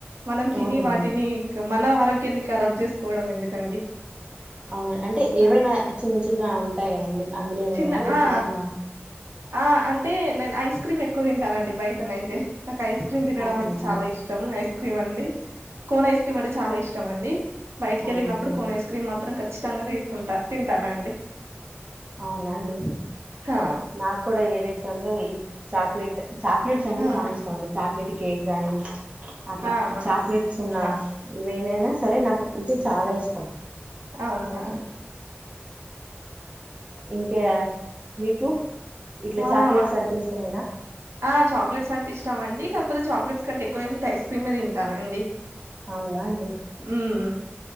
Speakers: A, on the right; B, on the right.
A: మనం తిని
B: అవునండి.
A: వాటిని మన ఆరోగ్యాన్ని ఖరాబ్ చేసుకోవడం ఎందుకండి
B: అవున అంటే ఏవైనా
A: అని
B: చిన్న చిన్న ఉంటాయి కదా యండి అందులో ఏమన్నా
A: చిన్న
B: ఒక్కటన్నా
A: ఆ ఆ అంటే నేను ఐస్ క్రీం ఎక్కువ తింటానండి బయటనైతే నాకు ఐస్ క్రీం తినడం
B: అవునండి.
A: అంటే చాలా ఇష్టం ఐస్ క్రీం అండి కోన్ ఐస్ క్రీం అంటే చాలా ఇష్టం అండి బయటికెళ్ళినప్పుడు
B: అవునండి.
A: కోన్ ఐస్ క్రీం మాత్రం ఖచ్చితంగా తీసుకుంటా తింటానండి
B: అవునండి
A: హా
B: నాకు కూడా ఏదైతే ఉందో ఈ చాక్లెట్ చాక్లెట్స్ అంటే
A: ఆ
B: చాలా ఇష్టం అండి చాక్లెట్ కేక్ గాని అట్లా
A: ఆ ఆ
B: చాక్లెట్స్ ఉన్నా
A: ఆ
B: వేనైనా సరే నాకుంటే చాలా ఇష్టం
A: అవునా
B: ఇంకే మీకు ఇట్ల
A: మా
B: చాక్లెట్స్
A: మా
B: అంటే ఇష్టమేనా
A: ఆ చాక్లెట్స్ అంటే ఇష్టం అండి కాకపోతే చాక్లెట్స్ కంటే ఎక్కువ నేను టైస్ క్రీమే తింటానండి
B: అవునా అండి.
A: ఉమ్